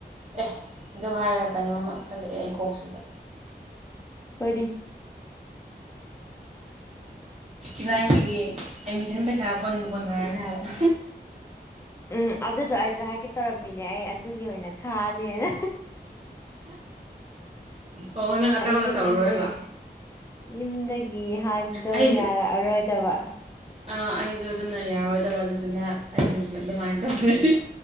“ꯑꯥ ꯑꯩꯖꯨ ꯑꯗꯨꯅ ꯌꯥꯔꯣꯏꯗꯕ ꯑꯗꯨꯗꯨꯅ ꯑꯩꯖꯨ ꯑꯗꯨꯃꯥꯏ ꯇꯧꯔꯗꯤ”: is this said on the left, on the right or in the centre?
Right